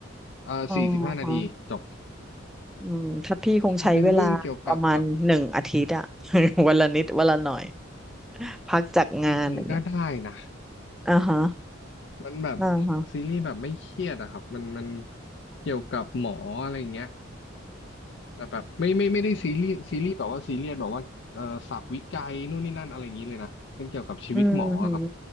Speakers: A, on the left (about 60°); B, in the centre.
A: เอ่อสี่สิบห้านาทีจบ
B: อ๋อฮะอืมถ้าพี่คงใช้เวลาประมาณหนึ่งอาทิตย์อ่ะ
A: จะเป็นเรื่องเกี่ยวกับแบบ
B: <laughs> วันละนิดวันละหน่อยพักจากงานอะไรเงี้ย
A: จริงๆก็ได้นะ
B: อ่าฮะ
A: มันแบบ
B: อ่าฮะ
A: ซีรีส์แบบไม่เครียดอะครับมันมันเกี่ยวกับหมออะไรเงี้ยแต่แบบไม่ไม่ไม่ได้ซีรีส์ซีรีส์แบบว่าซีเรียสแบบว่าเอ่อศัพท์วิจัยนู่นนี่นั่นอะไรอย่างนี้เลยนะเป็นเกี่ยวกับชีวิตหมออะครับ
B: อืมฮึ